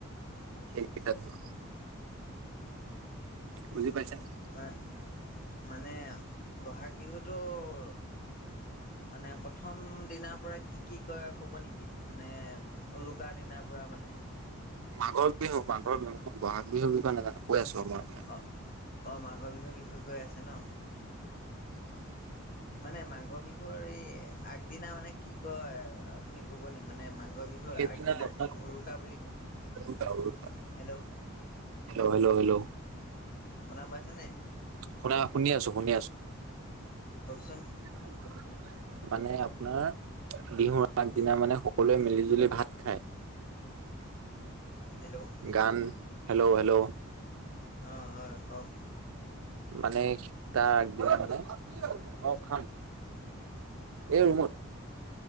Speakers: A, on the right (about 70°); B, on the left (about 40°).
A: সেইকেইটা দিনত। বুজি পাইছানে?
B: এ মানে, মানে বহাগ বিহুটোৰ মানে প্ৰথম দিনাৰ পৰা কি কি কয় কব নেকি মানে উৰুকা দিনাৰ পৰা মানে
A: মাঘৰ বিহু, মাঘৰ বিহু মই ব'হাগ বিহুৰ বিষয়ে নাজানো। কৈ আছো মই আপোনাক
B: অ', অ' মাঘৰ বিহুৰ বিষয়ে কৈ আছে ন।
A: <unintelligible>
B: মানে মাঘৰ বিহুৰ এই আগদিনা মানে কি কয় আপুনি কব নি মানে মা- মাঘৰ বিহুৰ
A: সেইদিনা
B: আগদিনাখন
A: আপোনাক
B: উৰুকা বুলি কয়।
A: উৰুকা উৰুকা
B: হেল্ল'
A: হেল্ল হেল্ল হেল্ল
B: শুনা পাইছানে?
A: শুনা শুনি আছোঁ, শুনি আছোঁ।
B: কওঁকচোন
A: <unintelligible> মানে আপোনাৰ বিহুৰ আগদিনা মানে সকলোৱে মিলি জুলি ভাত খায়,
B: হেল্ল' অ
A: গান হেল্ল', হেল্ল'
B: অ', হয়, কওক
A: মানে তাৰ আগদিন মানে অ' খাম এ ৰুমত